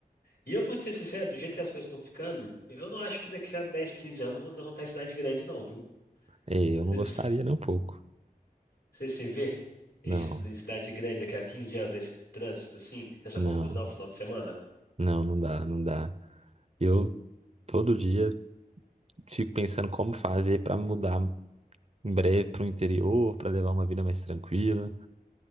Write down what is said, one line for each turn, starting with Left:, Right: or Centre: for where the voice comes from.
Left: E eu vou te ser sincero, do jeito que as coisas estão ficando, eu não acho que daqui a 10, 15 anos nós vamos estar em cidade grande, não, viu?
Right: é, eu
Left: Você
Right: não gostaria nem um pouco.
Left: se vê em
Right: Não,
Left: ci- em cidade grande daqui a 15 anos, nesse trânsito, assim, nessa
Right: não,
Left: confusão no final de semana?
Right: não, não dá, não dá. Eu todo dia fico pensando como fazer para mudar em breve para o interior, para levar uma vida mais tranquila.